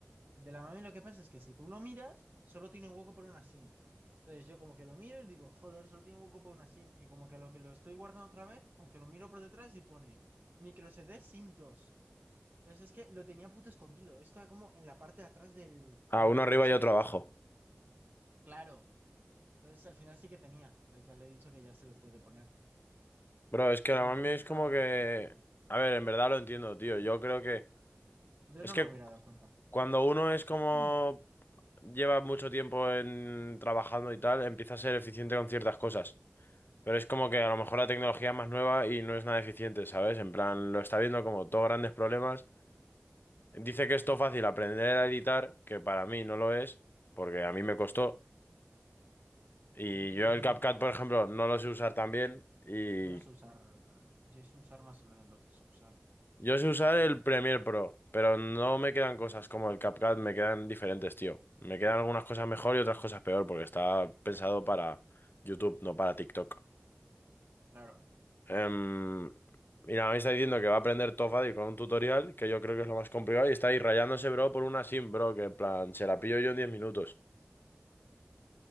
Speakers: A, on the right; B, on the left.
A: De la mami lo que pasa es que si tú lo miras, solo tiene hueco para una SIM. Entonces yo como que lo miro y digo, joder, solo tiene hueco para una SIM. Y como que a lo que lo estoy guardando otra vez, como que lo miro por detrás y pone micro SD SIM dos Entonces es que lo tenía puto escondido. Estaba como en la parte de atrás del, de
B: a
A: donde
B: uno
A: va
B: arriba
A: el chip.
B: y otro abajo.
A: Claro. Entonces al final sí que tenía. Entonces ya le he dicho que ya se lo puede poner.
B: Bro, es que ahora
A: Pero que
B: mismo
A: no
B: es
A: estaba
B: como que...
A: fácil de encontrarlo.
B: A ver, en verdad lo entiendo, tío. Yo creo que...
A: Yo
B: Es
A: no
B: que
A: me hubiera dado cuenta.
B: cuando uno es como...
A: <clears throat>
B: Lleva mucho tiempo en... trabajando y tal, empieza a ser eficiente con ciertas cosas. Pero es como que a lo mejor la tecnología es más nueva y no es nada eficiente, ¿sabes? En plan, lo está viendo como todos grandes problemas. Dice que es todo fácil aprender a editar, que para mí no lo es, porque a mí me costó. Y
A: Ni
B: yo
A: se
B: el
A: me
B: CapCut,
A: hizo.
B: por ejemplo, no lo sé usar tan bien. Y
A: Yo no sé usar. Yo sé usar más o menos lo que sé usar.
B: yo
A: Porque
B: sé
A: me
B: usar
A: costó
B: el
A: mucho.
B: Premiere
A: tiempo.
B: Pro, pero no me quedan cosas como el CapCut, me quedan diferentes, tío. Me quedan algunas cosas mejor y otras cosas peor, porque está pensado para
A: Mm.
B: YouTube, no para TikTok.
A: Claro.
B: Em, mira, me está diciendo que va a aprender Top Buddy con un tutorial, que yo creo que es lo más complicado, y está ahí rayándose, bro, por una sim, bro, que en plan, se la pillo yo en 10 minutos.